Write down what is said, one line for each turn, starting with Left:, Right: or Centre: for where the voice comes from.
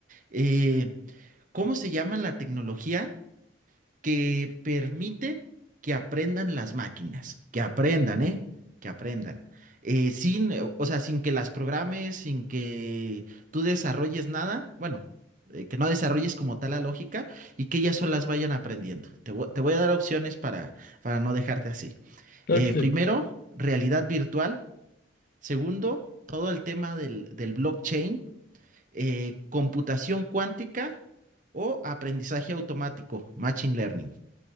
Right: eh, ¿cómo se llama la tecnología que permite que aprendan las máquinas? Que aprendan, ¿eh? Que aprendan. Eh, sin, eh, o sea, sin que las programes, sin que tú desarrolles nada, bueno, eh, que no desarrolles como tal la lógica y que ellas solas vayan aprendiendo. Te, vo- te voy a dar opciones para, para no dejarte así.
Left: Claro
Right: Eh,
Left: que sí.
Right: primero, realidad virtual. Segundo, todo el tema del, del blockchain eh, computación cuántica o aprendizaje automático, machine learning.